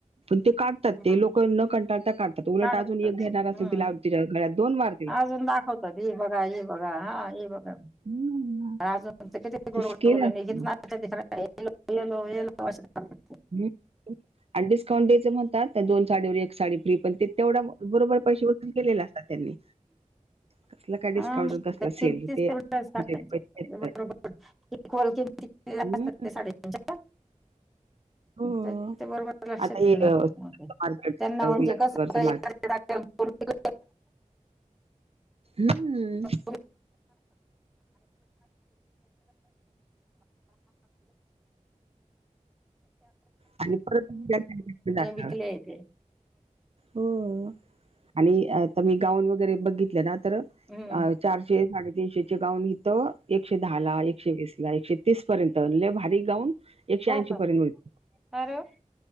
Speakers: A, on the right; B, in the centre.
A: पण ते काढतात
B: हम्म.
A: ते लोक न कंटाळ काढतात उलट
B: काढतच
A: अजून एक घेणार
B: आहे.
A: असेल
B: हम्म.
A: तिला- <unintelligible> दोन मार्
B: अजून दाखवतात हे बघा हे बघा हा हे बघा.
A: हम्म.
B: अजून किती गोड
A: ते स्किल
B: बोलून
A: असतं
B: <inaudible> ये लो ये लो होश <inaudible>
A: हम्.. आणि डिस्काउंट द्यायचं म्हणतात दोन साडीवर एक साडी फ्री पण ते तेवढ बरोबर पैसे केलेल असतात त्यांनी.
B: <unintelligible>
A: कसला काय डिस्काउंट
B: ह
A: कसला सेल
B: किती
A: ते
B: बरोबरि
A: त्याच्यात पैसे
B: <inaudible> ते
A: हम्म.
B: साडे चार <unintelligible>
A: हो.
B: ते बरोबर लक्षात
A: आता
B: घेऊन
A: हे अ,
B: जातात
A: मार्केट
B: त्यांना
A: उल्हासनगरचं
B: म्हणजे कस हो.
A: मार्केट
B: <inaudible>
A: हम्..
B: <inaudible> <inaudible> <inaudible>
A: आणि परत जात
B: विकले ते
A: हो आणि आता मी गाऊन वगैरे बघितलं ना? तर
B: हम्म.
A: चारशे साडे तीनशेचे गाउन इथं एकशे दहाला एकशे वीसला एकशे तीस पर्यंत लय भारी गाऊन एकशे
B: हो
A: ऐंशी
B: का
A: पर्यंत मिळतो.
B: अरे वा,